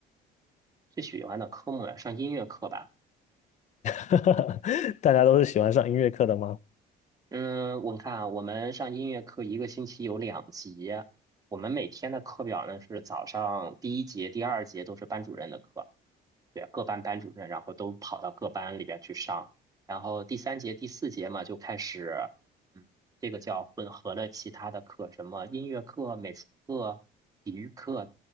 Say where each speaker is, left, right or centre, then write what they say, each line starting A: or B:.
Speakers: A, on the right; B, on the left.
A: 最喜欢的科目呀上音乐课吧。
B: <laughs> 大家都是喜欢上音乐课的吗？
A: 嗯，我看啊，我们上音乐课一个星期有两节，我们每天的课表呢是早上第一节、第二节都是班主任的课，对，各班班主任，然后都跑到各班里边去上，然后第三节、第四节嘛就开始，嗯，这个叫混合了其他的课，什么音乐课、美术课、体育课，